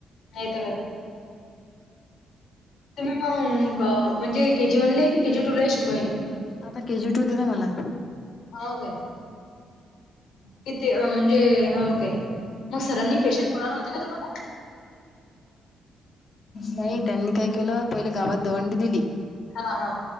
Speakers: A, on the left; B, on the left.
A: नाही त काय. अंम का म्हणजे केजी वनले हे की केजीटूले हे शिकवायले.
B: आता के जी टू दिला मला.
A: हाव काय किती म्हणजे हव काय.
B: <inaudible>
A: मग सरांनी पेशंट बोलावलं होतं का तुम्हाला?
B: नाही त्यांनी काय केलं पहिले गावात दवंडी दिली.
A: हा हा.